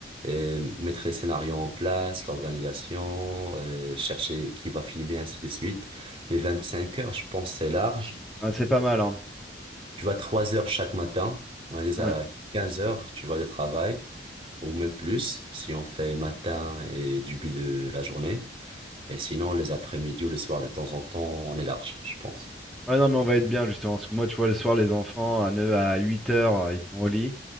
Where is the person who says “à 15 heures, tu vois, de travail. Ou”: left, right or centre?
Right